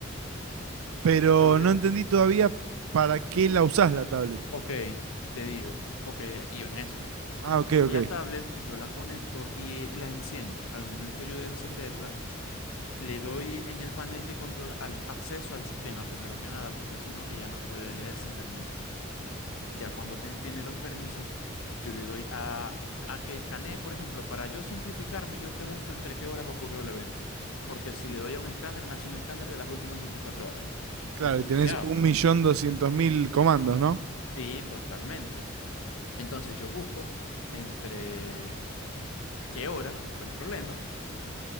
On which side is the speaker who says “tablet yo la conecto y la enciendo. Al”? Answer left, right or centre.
Left